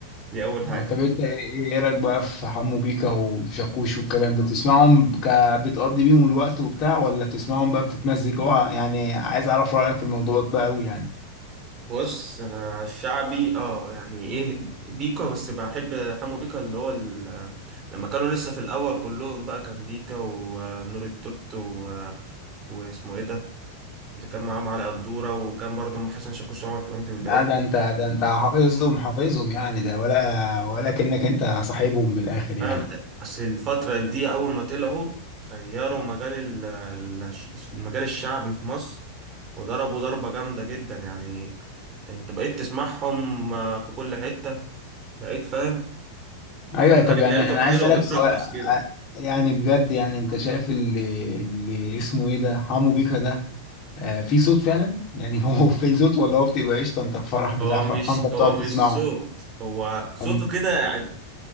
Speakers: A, on the right; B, on the left.
A: دي اول حاجه
B: اه طب انت ايه إيه رايك بقى في حمو بيكا وشاكوش والكلام ده بتسمعهم ك... بتقضي بيهم الوقت وبتاع ولا بتسمعهم بقى بتتمزج اه يعني عايز اعرف رايك في الموضوع ده قوي يعني
A: بص انا الشعبي اه يعني ايه بيكا بس بحب حمو بيكا اللي هو ال- لما كانوا لسه في الاول كلهم بقى كان بيكا ونور التوت و... آه، واسمه ايه ده اللي كان معاهم علي قدورة وكان برضه أم حسن شاكوش طبعا كمان في بدايته
B: لا ده انت ده انت حافظهم حافظهم يعني ده ولا ولا كأنك انت صاحبهم من الاخر يعني
A: أنا أصل الفترة دي أول ما طلعوا غيروا مجال ال- ال- المجال الشعبي في مصر وضربوا ضربة جامدة جدا يعني أنت بقيت تسمعهم آه، في كل حتة بقيت فاهم
B: ايوه
A: الأغاني
B: طب يعني
A: بتاعتهم
B: انا عايز
A: حلوة
B: اسالك
A: بترقص
B: سؤال
A: كده
B: ع- يعني بجد يعني انت شايف اللي, اللي اسمه ايه ده حمو بيكا ده آه، في صوت فعلا يعني <laughs> هو في صوت ولا هو بتبقى قشطه انت في فرح بتاع
A: هو
B: فرحان
A: مش
B: فبتقعد
A: هو
B: تسمعه
A: مش صوت هو صوته
B: أم-
A: كده يعني